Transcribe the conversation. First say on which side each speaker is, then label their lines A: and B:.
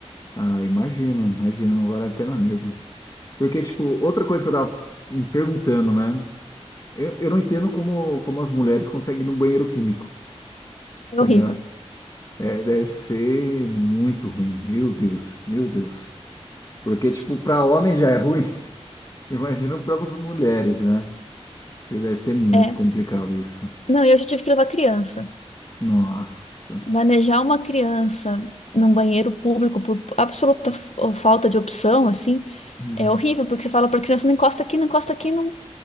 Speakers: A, on the left (about 35°); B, on the left (about 80°).
A: Ah, imagino, imagino, não vale a pena mesmo. Porque, tipo, outra coisa que eu tava me perguntando, né? Eu, eu não entendo como, como as mulheres conseguem ir no banheiro químico,
B: É
A: entendeu?
B: horrível.
A: É, deve ser muito ruim. Meu Deus, meu Deus. Porque, tipo, pra homem já é ruim. <laughs> Imagino para as mulheres, né? E Deve ser muito
B: É.
A: complicado isso.
B: Não, eu já tive que levar criança.
A: Nossa.
B: Manejar uma criança num banheiro público por absoluta f- falta de opção, assim,
A: Hum.
B: é horrível, porque você fala para a criança, não encosta aqui, não encosta aqui, não,